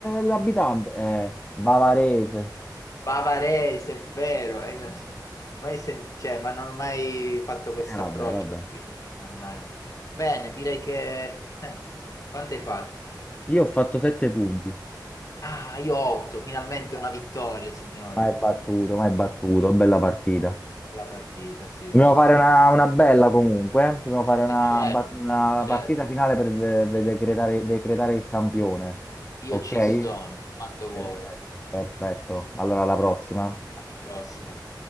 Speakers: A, on the left (about 20°); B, on the left (about 45°).
A: l'abitante. Eh, bavarese.
B: Bavarese, è vero, eh, non- <laughs> mai sen- cioè, ma non ho mai fatto questo
A: Eh, vabbè,
B: approccio
A: vabbè.
B: qui, mannaggia. Bene, direi che... eh, quanto hai fatto?
A: Io ho fatto sette punti.
B: Ah, io 8, finalmente
A: Eh,
B: una vittoria, signori.
A: Ma è battuto, ma è battuto, bella partita.
B: Bella partita, sì.
A: Dobbiamo fare una, una bella comunque, eh. dobbiamo fare una,
B: Eh certo,
A: bat- una
B: certo.
A: partita finale per ve- ve- decretare, decretare il campione.
B: Io
A: Ok?
B: ci sono, quando
A: Perfetto.
B: vuoi.
A: Perfetto. Allora, alla prossima.
B: Alla prossima.